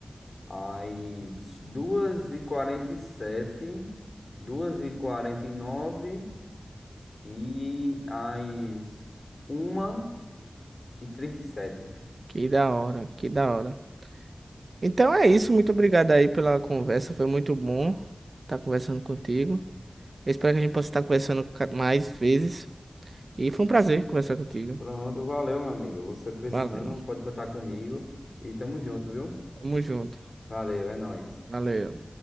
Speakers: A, on the left; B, on the right.
A: às 2h47. 2 h nove e às uma e trinta e sete
B: Que da hora, que da hora. Então é isso, muito obrigado aí pela conversa, foi muito bom estar conversando contigo. Eu espero que a gente possa estar conversando ca- mais vezes. E foi um prazer conversar contigo.
A: Pronto, valeu, meu amigo. Você precisando,
B: Valeu.
A: pode contar comigo. E tamo junto, viu?
B: Tamo junto.
A: Valeu, é nóis.
B: Valeu.